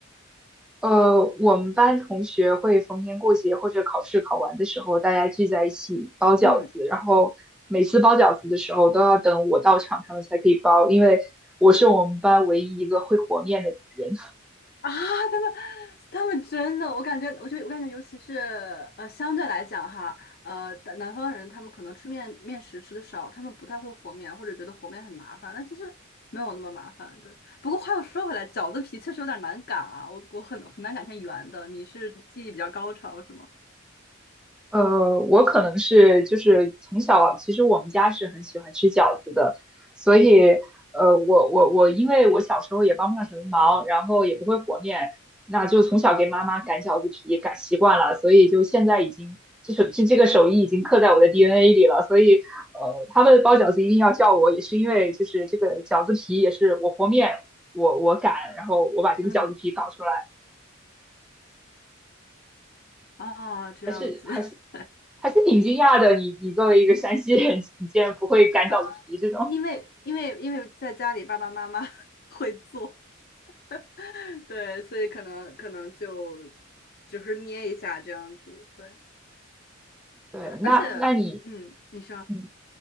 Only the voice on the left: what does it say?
<laughs> 嗯
啊，他们他们真的，我感觉，我就我感觉，尤其是呃，相对来讲哈，呃，南南方人他们可能吃面面食吃的少，他们不太会和面，或者觉得和面很麻烦，那其实没有那么麻烦，对。不过话又说回来，饺子皮确实有点难擀啊，我我很很难擀成圆的。你是技艺比较高超是吗？
嗯，哦，这样子，
<laughs>
呃，因为因为因为在家里爸爸妈妈 <laughs> 会做，<laughs> 对，所以可能可能就只是捏一下这样子，对，
而且，嗯，你说，